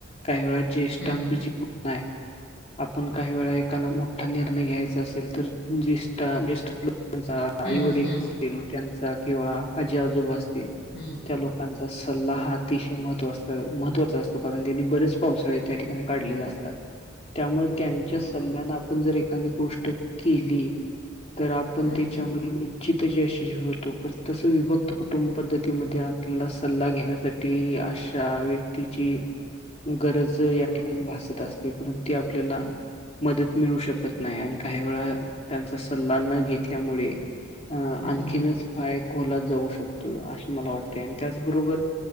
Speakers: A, on the left; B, on the left.
A: काही वेळा ज्येष्ठांच
B: हम्म
A: जे म्हणणं आहे, आपण काही वेळा एकानं मोठा नि निर्णय घ्यायचा असेल, तर जेष्ठा ज्येष्ठ <unintelligible> लोकांचा आई
B: हम्म
A: वडील
B: हम्म
A: त्यांचा किंवा आजी आजोबा असतील,
B: हम्म
A: त्या लोकांचा सल्ला हा अतिशय महत्त्व असतं महत्त्वाचं असतं कारण त्यांनी बरेच पावसाळे त्या ठिकाणी काढलेले असतात. त्यामुळे त्यांच्या सल्ल्याने आपण जर एखादी गोष्ट केली. तर आपण
B: हम्म
A: त्याच्यामध्ये हि <unintelligible> होतो तसं विभक्त कुटुंब पद्धतीमध्ये आपल्याला सल्ला घेण्यासाठी ती अशा व्यक्तीची गरज या ठिकाणी भासत असते. परंतू ते आपल्याला मदत मिळू शकत नाही आणि काही वेळा त्यांचा सल्ला न घेतल्यामुळे अ आणखीनच
B: हम्म
A: पाय खोलात जाऊ शकतोय असं मला वाटतंय आणि त्याचबरोबर